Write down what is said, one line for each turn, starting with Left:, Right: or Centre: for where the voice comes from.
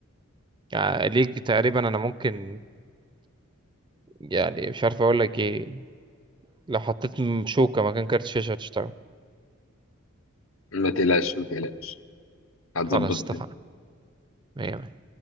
Right: يعني ليج تقريبا انا ممكن يعني مش عارف اقول لك ايه لو حطيت م- شوكه مكان كارت شاشه هتشتغل
Left: ما تقلقش ما تقلقش هتظبط
Right: خلاص اتفقنا مية مية